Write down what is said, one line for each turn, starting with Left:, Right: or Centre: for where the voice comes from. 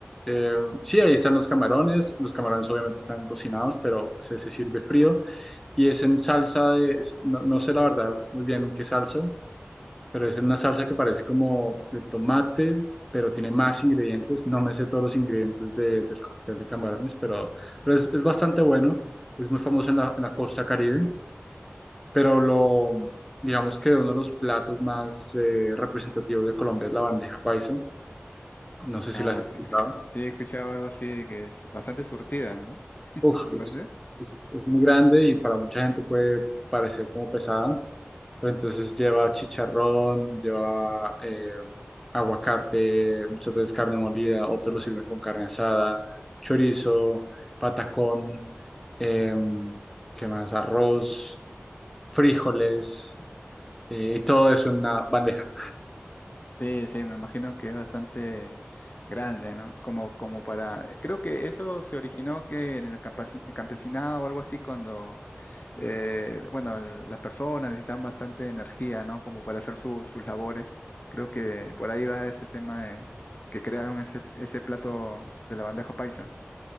Centre: Eh, sí, ahí están los camarones, los camarones obviamente están cocinados, pero se, se sirve frío y es en salsa de, es- no, no sé la verdad muy bien qué salsa, pero es en una salsa que parece como de tomate, pero tiene más ingredientes, no me sé todos los ingredientes de- del cóctel de camarones, pero, pero es, es bastante bueno, es muy famoso en la, en la costa Caribe pero lo, digamos que uno de los platos más eh, representativos de Colombia es la bandeja paisa. No sé
Left: Ah,
Centre: si la has escuchado.
Left: sí, claro. Sí, he escuchado algo así de que es bastante surtida, ¿no? <laughs>
Centre: Uf,
Left: Me
Centre: es,
Left: parece.
Centre: es- es muy grande y para mucha gente puede parecer como pesada, pero entonces lleva chicharrón, lleva eh, aguacate, muchas veces carne molida, otros lo sirven con carne asada, chorizo, patacón, em, ¿qué más? Arroz, frijoles eh, y todo eso en una bandeja.
Left: Sí, sí, me imagino que es bastante grande, ¿no? Como, como para... Creo que eso se originó que en el campasi- campesinado o algo así cuando eh, bueno, el- las personas necesitan bastante energía, ¿no? Como para hacer su- sus labores. Creo que por ahí va ese tema de que crearon ese, ese plato de la bandeja paisa.